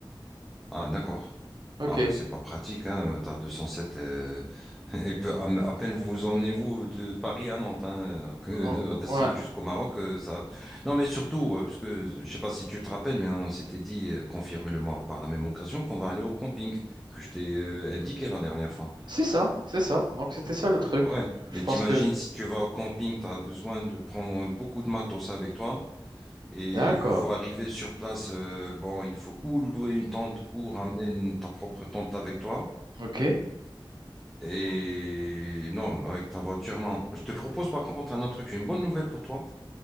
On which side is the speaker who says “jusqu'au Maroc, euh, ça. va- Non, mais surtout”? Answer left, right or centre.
Centre